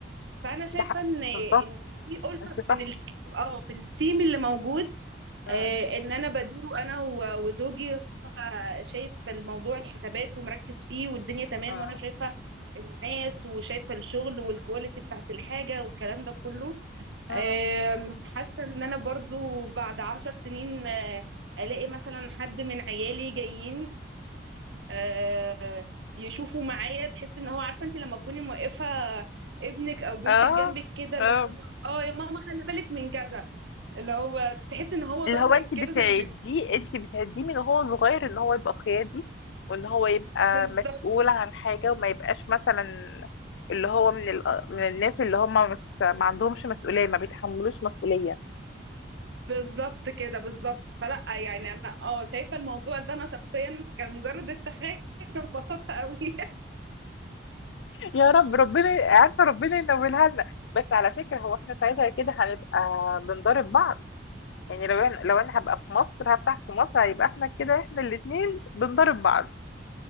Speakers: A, on the right (about 80°); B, on the left (about 75°).
A: فانا شايفه
B: ده حق
A: ان ان
B: بالظبط
A: في ألفة
B: انت صح
A: بين ال... اه في التيم اللي موجود
B: اه
A: آه، ان انا بديره انا و- وزوجي هو شايف الموضوع الحسابات ومركز فيه والدنيا تمام
B: اه
A: وانا شايفه الناس وشايفه الشغل والكواليتي بتاعت الحاجه والكلام ده كله
B: اه
A: آم، حاسه ان انا برضو بعد عشر سنين آه، الاقي مثلا حد من عيالي جايين آه، يشوفوا معايا تحس ان هو عارفه انت لما تكوني موقفه ابنك او بنتك
B: اه
A: جنبك كده
B: اه
A: اللي هو اه يا ماما خلي بالك من كذا اللي هو تحس ان هو
B: اللي
A: ظهرك
B: هو انت بتعديه
A: كده زي ما
B: انت بتعديه من هو صغير ان هو يبقى قيادي وان هو يبقى
A: بالضبط،
B: مسؤول عن حاجة وما يبقاش مثلا اللي هو من ال... من الناس اللي هم مش ما عندهمش مسؤولية ما بيتحملوش مسؤولية
A: بالضبط كده، بالضبط. فلأ، يعني أنا آه، شايفة الموضوع ده أنا شخصيًا كان مجرد التخيُّل <laughs> أنا اتبسطت أوي <laughs>
B: يا رب ربنا عارفة ربنا ينولها لنا بس على فكرة هو احنا ساعتها كده هنبقى بنضارب بعض يعني لو انا لو انا هبقى في مصر هفتح في مصر هيبقى احنا كده احنا الاتنين بنضرب بعض